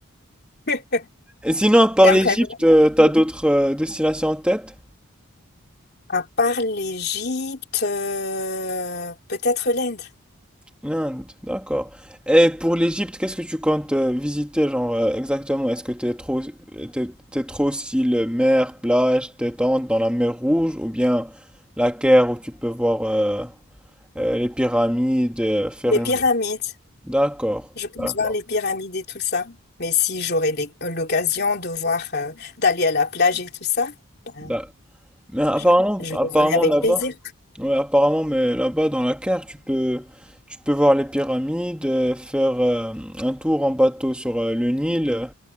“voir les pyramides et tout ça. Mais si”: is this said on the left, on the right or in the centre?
Left